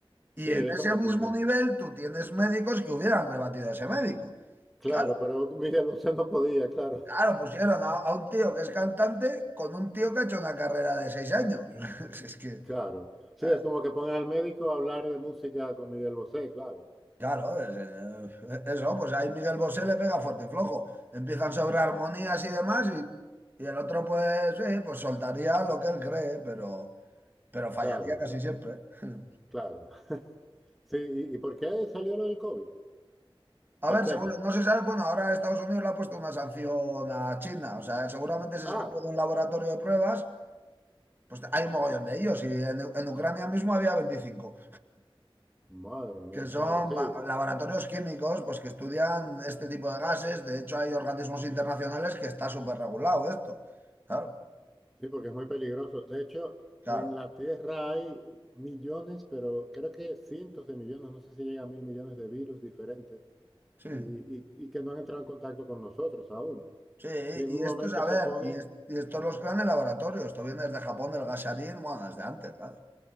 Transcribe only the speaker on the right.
Y en
ese
mismo nivel tú tienes médicos que hubieran rebatido a ese médico.
Claro,
claro, pusieron a, a un tío que es cantante con un tío que ha hecho una carrera de seis años. <laughs> Es que,
eh,
claro, es, eh, eso, pues ahí Miguel Bosé le pega fuerte y flojo. Empiezan sobre armonías y demás y, y el otro pues, sí, pues soltaría lo que él cree, pero, pero fallaría
casi
siempre. <laughs>
A ver,
seguro, no se sabe, bueno, ahora Estados Unidos le ha puesto una sanción a China, o sea, seguramente se
escapó de un laboratorio de pruebas, pues hay un mogollón de ellos, y en, en Ucrania mismo había 25,
que son
ba- laboratorios químicos, pues que estudian este tipo de gases, de hecho hay organismos internacionales que está súper regulado esto, claro,
claro,
sí,
sí,
y
esto es, a
ver,
y, es- y esto los crean en laboratorio, esto viene desde Japón, del gasarín, bueno, desde antes, claro.